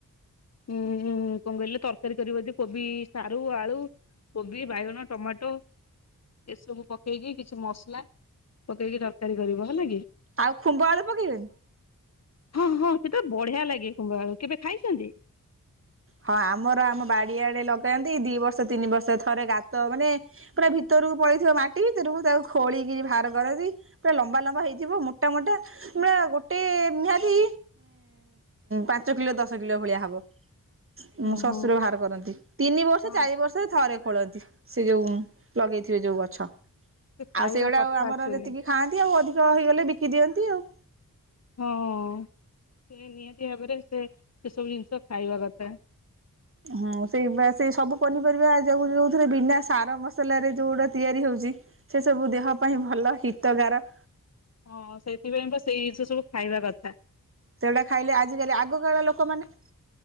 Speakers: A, on the left; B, on the right.
A: ହୁଁ ହୁଁ, କଣ କହିଲେ ତରକାରୀ କରିବ ଯଦି କୋବି, ସାରୁ, ଆଳୁ କୋବି, ବାଇଗଣ, ଟମାଟୋ ଏସବୁ ପକେଇକି, କିଛି ମସଲା ପକେଇକି, ତରକାରୀ କରିବ, ହେଲା କି?
B: ଆଉ ଖୁମ୍ବ ଆଳୁ ପକେଇବେନି?
A: ହଁ ହଁ, ସେଟା ବଢିଆ ଲାଗେ ଖୁମ୍ବ ଆଳୁ, କେବେ ଖାଇଚନ୍ତି?
B: ହଁ, ଆମର ଆମ ବାଡିଆଡେ ଲଗାନ୍ତି, ଦି ବର୍ଷ, ତିନି ବର୍ଷ, ଥରେ ଗାତ ମାନେ ପୁରା ଭିତରକୁ ପଳେଇଥିବା ମାଟି ଭିତରକୁ, ତାକୁ ଖୋଳିକିରି ବାହାର କରନ୍ତି। ପୁରା ଲମ୍ବା ଲମ୍ବା ହେଇଥିବ, ମୋଟା ମୋଟା ନା ଗୋଟେ ନିହାତି, ପାଞ୍ଚ କିଲୋ ଦଶ କିଲୋ ଭଳିଆ ହବ। ମୋ
A: ଓହୋ
B: ଶଶୁର ବାହାର କରନ୍ତି। ତିନି ବର୍ଷ
A: ହଁ
B: ଚାରି ବର୍ଷରେ ଥରେ ଖୋଳନ୍ତି ସେ ଯୋଉ ଲଗେଇଥିବେ ଯୋଉ ଗଛ।
A: ସେ ଖାଇବା
B: ଆଉ ସେଇଗୁଡାକ
A: କଥା
B: ଆମର
A: ଆକ୍ଚୁଆଲି
B: ଯେତିକି ଖାଆନ୍ତି ଆଉ ଅଧିକ ହେଇଗଲେ ବିକି ଦିଅନ୍ତି ଆଉ।
A: ହଁଅ ସେ ନିହାତି ଭାବରେ ସେ ସେସବୁ ଜିନିଷ ଖାଇବା କଥା।
B: ହଁ ସେଇ ବା ସେଇ ସବୁ ପନିପରିବା ଯ ଯୋଉଥିରେ ବିନା ସାର ମସଲା ରେ ଯୋଉଗୁଡା ତିଆରି ହଉଛି। ସେ ସବୁ ଦେହ ପାଇଁ ଭଲ ହିତଗାର।
A: ହଁ ସେଇଥିପାଇଁ ତ ସେଇ ଜିନିଷ ସବୁ ଖାଇବା କଥା।
B: ସେଗୁଡା ଖାଇଲେ ଆଜିକାଲି ଆଗକାଳ ଲୋକମାନେ